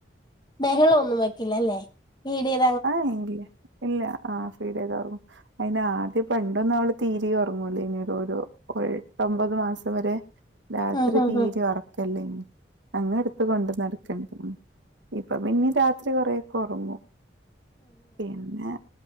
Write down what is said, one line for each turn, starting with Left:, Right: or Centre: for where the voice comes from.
Left: ബഹളന്നും വെക്കില്ലല്ലേ ഫീഡ്യെയ്മ്പം
Right: ആന്ത്യ ഇല്ല ആ ഫീഡ്ചെയ്താഒറങ്ങും അയിന് ആദ്യ പ <unintelligible> തൊന്നുവൾ തീരേ ഉറങ്ങൂലയ്നി ഒര് ഓരോ കൊയ് ഇട്ടൊമ്പത് മാസം വരെ. രാത്രി
Left: ആണോ
Right: തീരിം ഉറക്കലയ്നി അങ്ങെട്ത്ത് കൊണ്ട് നടക്കണ്ടിനി. ഇപ്പ പിന്നി രാത്രി കുറെക്കെ ഒറങ്ങും. പിന്നെ